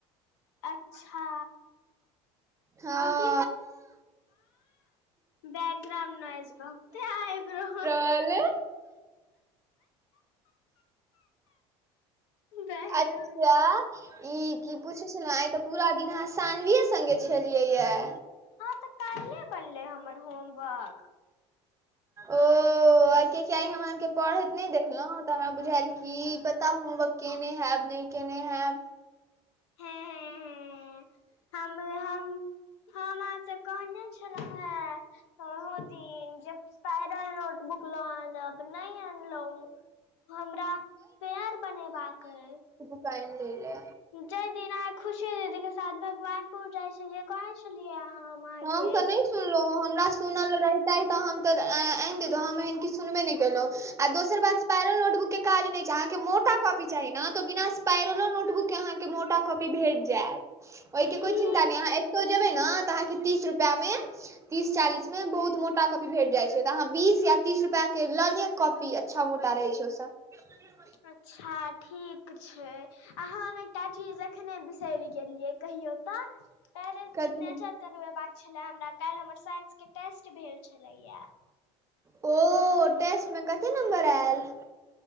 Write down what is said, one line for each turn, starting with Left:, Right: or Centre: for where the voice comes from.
Left: अच्छा
Right: हँ
Left: बैकग्राउंड नाइस औतैय आइ ब्रन।
Right: अले
Left: बैकग्राउंड
Right: अच्छा ई की पूछैय छलहुँ आइ तऽ पूरा दिन अहाँ सानविए सङ्गे छलियै यऽ।
Left: हँ तऽ कैल्हे बनलै हम्मर होमवर्क।
Right: ओ आइ कियाकी हम अहाँके पढ़ैत नहि देखलहुँ तऽ हमरा बुझालए कि पता होमवर्क केने हैब नइ केने हैब।
Left: हुँ हुँ हुँ हम हाय हम। हम अहाँ से कहने छलहुँ हेँ ओहो दिन जे पायरल नोटबुक लऽ आनब नइ अनलौं। हमरा फेयर बनेबाक ऐय।
Right: फाइन लैय ले।
Left: जैय दिन अहाँ खुशी दीदी के साथ भगवानपुर जाइ छलियै कहै छलियै यऽ हम अहाँके
Right: हम तऽ नहि
Left: जे
Right: सुनलौं हमरा सुनल रैह तै तऽ हम तऽ अ-अ-अ आइन दैतौं हम एहन किछु सुनबे नहि केलहुँ। आ दोसर बात स्पायरल नोटबुक के काज नहि छैय अहाँके मोटा कॉपी चाही नऽ तऽ बिना पायरलो नोटबुक के अहाँके मोटा कॉपी भेट जाएत। ओहिके
Left: फी
Right: कोय चिन्ता नइ अहाँ एत्तौ जेबैइ ने तऽ अहाँके तीस रुपैआ में तीस चालीस में बहुत मोटा कॉपी भेट जाइ छैय तऽ अहाँ बीस या तीस रुपआ के लऽ लिय कॉपी अच्छा मोटा रहैय छैय ओ सब।
Left: अच्छा ठीक। किछ छैय आ हम एकटा चीज एखने बिसरि गेलियै कहियौ तऽ। पैरेंट
Right: कथी
Left: सिग्नेचर करवेबाक छले हमरा काल्हि हमर साइंस के टेस्ट भेल छलैया।
Right: ओ टेस्ट में कते नम्बर आएल।